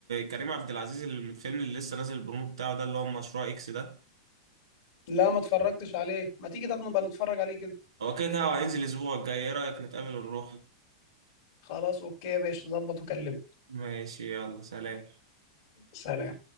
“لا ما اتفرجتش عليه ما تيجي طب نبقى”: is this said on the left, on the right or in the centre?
Left